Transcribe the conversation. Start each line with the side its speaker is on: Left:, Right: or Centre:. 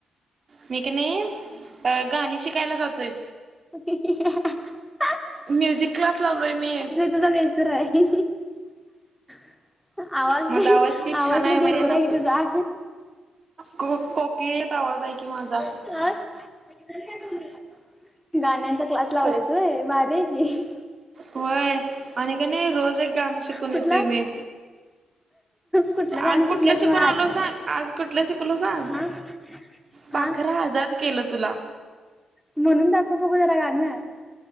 Right: मी कणी गाणी शिकायला जातोय.
Centre: <inaudible>
Right: म्युझिक क्लास लावलोय मी.
Centre: तुला वेलसर आहे. <inaudible> आवाज
Right: माझा
Centre: लई
Right: किती
Centre: आवाज
Right: छान
Centre: लई
Right: माहिती
Centre: बेसूर
Right: ना
Centre: आहे की
Right: तू.
Centre: तुझा.
Right: को कोकिळेगत आवाज आहे की माझा.
Centre: अ <inaudible> गाण्यांचा क्लास लावल्यास
Right: को
Centre: व्हय भारी हाय की.
Right: होय आणि का नाही रोज एक गाणं शिकून
Centre: कुठला
Right: येतोय मी.
Centre: कुठलं गाणं
Right: आज
Centre: शिकल्यास
Right: कुठलं शिकून
Centre: मग
Right: आलो
Centre: आज?
Right: सांग, आज कुठलं शिकलो सांग?
Centre: हा हा
Right: पाखरा आजाद केलं तुला.
Centre: म्हणून दाखव बघू जरा गाणं.